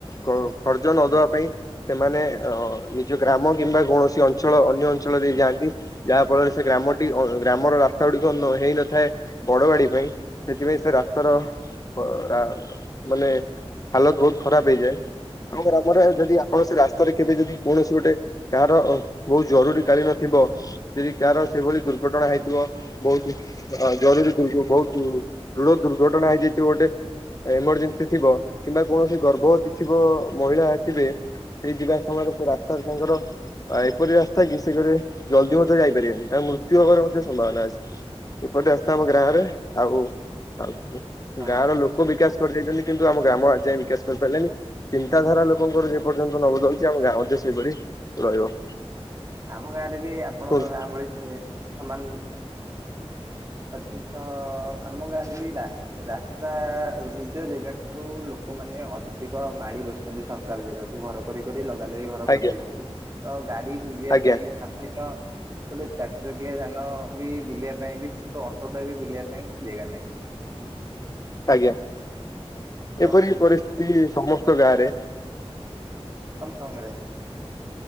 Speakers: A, on the left; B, on the right.
A: ଖର୍ଚ୍ଚ ନଦବା ପାଇଁ। ସେମାନେ ଅ ନିଜ ଗ୍ରାମ କିମ୍ବା କୌଣସି ଅଞ୍ଚଳ ଅନ୍ୟ ଅଞ୍ଚଳ ଦେଇ ଯାଆନ୍ତି। ଯାହା ଫଳରେ ସେ ଗ୍ରାମଟି ଗ୍ରାମର ରାସ୍ତା ଗୁଡିକ ହେଇନଥାଏ। ବଡ ଗାଡି ପାଇଁ ସେଥିପାଇଁ ସେ ରାସ୍ତାର ଅ ରା ମାନେ ହାଲତ ବହୁତ ଖରାପ ହେଇଯାଏ। ଆମ ଆମର ଯଦି ଆପଣ ସେ ରାସ୍ତାରେ କେବେ ଯଦି କୌଣସି ଗୋଟେ କାହାର ବହୁତ ଜରୁରୀ କାଳୀନ ଥିବ। ଯଦି କାହାର ସେଇଭଳି ଦୁର୍ଘଟଣା ହେଇଥିବ। ବହୁତ ହଁ ଜରୁରୀ ଦୁର୍ଘ ବହୁତ ଦୃଢ ଦୁର୍ଘଟଣା ହେଇଯାଇଥିବ ଗୋଟେ। ଏମର୍ଜେନ୍ସି ଥିବ କିମ୍ବା କୌଣସି ଗର୍ଭବତୀ ଥିବ ମହିଳା ଥିବେ ସେଇ ଯିବା ସମୟରେ ସେ ରାସ୍ତାରେ ତାଙ୍କର ଏପରି ରାସ୍ତା କି ସେ ଗୋଟେ ଜଲଦି ଦି ମଧ୍ୟ ଯାଇପାରିବେନି। ତାଙ୍କ ମୃତ୍ୟୁ ହବାର ମଧ୍ୟ ସମ୍ଭାବନା ଅଛି। ଏପଟେ ଆସିଥା
B: ହଁ
A: ଆମ ଗାଁ ରେ ଆଉ ଆଉ
B: ହଁ
A: ଗାଁର ଲୋ କ ବିକାଶ କରିଦେଇଚନ୍ତି କିନ୍ତୁ ଆମ ଗ୍ରାମ ଆଜି ଯାଇଁ ବିକାଶ କରିପାରିଲାନି। ଚିନ୍ତାଧାରା ଲୋକଙ୍କର ଯେ ପର୍ଯ୍ୟନ୍ତ ନ ବଦଳଚି ଆମ ଗାଁ ମଧ୍ୟ ସେଇଭଳି ରହିବ।
B: ଆମ ଗାଁ ରେ ବି ଆପଣଙ୍କ
A: କୁହନ୍ତୁ।
B: ଗାଁ ଭଳି ସେ ସମାନ ଅଛି ତ ଆମ ଗାଁରେ ବି ରା ରାସ୍ ତା ନିଜ ଜାଗା ଠାରୁ ଲୋକମାନେ ଅଧିକ ମାଡ଼ି ବସିଚନ୍ତି ସରକାର ଜାଗାକୁ ଘର କରି କରି ଲଗା ଲଗି ଘର କରିଦେଇଚନ୍ତି
A: ଆଜ୍ଞା
B: ତ ଗାଡି ବୁଲିବା
A: ଆଜ୍ଞା
B: ପାଇଁ ସା ଆ ମ ଗୋଟେ ଚାରଚକିଆ ଯାନ ବି ବୁଲିବା ପାଇଁ ବି ଛୋଟ ଟ ଅଟୋ ଟା ବି ବୁଲିବା ପାଇଁ ଜାଗା ନାହିଁ।
A: ଆଜ୍ଞା
B: ତ
A: ଏପରି ପରିସ୍ଥିତି ସମସ୍ତ ଗାଁ ରେ।
B: ସମ ସଙ୍ଗରେ।